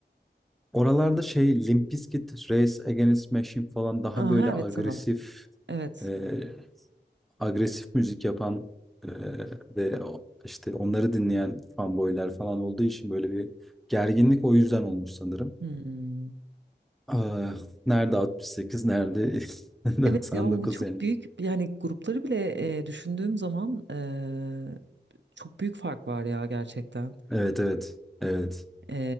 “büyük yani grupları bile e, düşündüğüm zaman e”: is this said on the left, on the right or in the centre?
Right